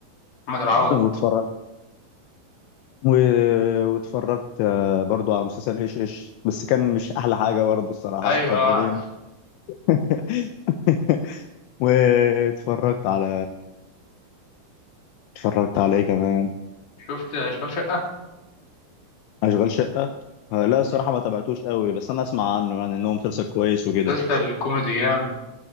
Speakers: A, on the left; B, on the left.
A: محمد العوضي
B: <laughs> واتفرجت و... واتفرجت آه، برضو على مسلسل ايش ايش بس كان مش احلى حاجه برضو الصراحه
A: ايوه
B: كان
A: آه.
B: فاضيين <laughs> واتفرجت على اتفرجت على ايه كمان
A: شفت اشغال شقه
B: اشغال شقه آه، لا الصراحه
A: امم
B: ما تابعتوش قوي بس انا اسمع عنه يعني ان هو مسلسل كويس وكده
A: مسلسل كوميدي جامد